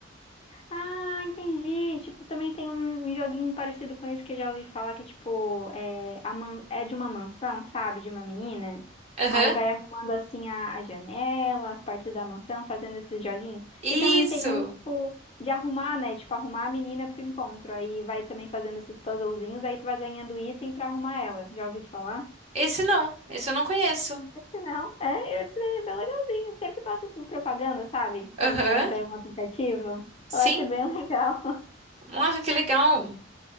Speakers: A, on the left; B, on the right.
A: Ah, entendi. Tipo, também tem um, um joguinho parecido com esse que eu já ouvi falar, que é tipo, é, a man- é de uma mansão, sabe? De uma menina.
B: Aham.
A: Aí vai arrumando assim a, a janela, as partes da mansão, fazendo esses joguinhos.
B: Isso.
A: E também tem um, tipo, de arrumar, né? Tipo, arrumar a menina pro encontro. Aí vai também fazendo esses puzzlezinhos, aí tu vai ganhando item pra arrumar ela. Já ouvi isso falar?
B: Esse não. Esse eu não conheço.
A: Não, é, esse daí é bem legalzinho. Sempre passa assim propaganda, sabe? Quando
B: Aham.
A: tu vai entrar em um aplicativo.
B: Sim.
A: Eu acho bem legal. <laughs>
B: Nossa, que legal.